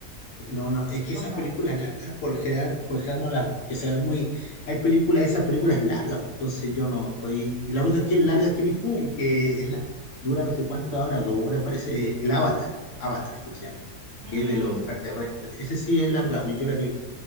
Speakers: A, on the left; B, on the right.
A: No, no, es que
B: o
A: esas
B: no?
A: películas largas, por lo general, por lo general no las, que se ven muy, hay películas, esas películas largas, pues, entonces yo no estoy, la única que, larga que he visto y que es la, dura no sé cuánto ahora, dos horas parece, es el Avatar, Avatar creo que se llama,
B: Mm,
A: que es de los extraterrestres, ese sí es larga, pues, yo la vi,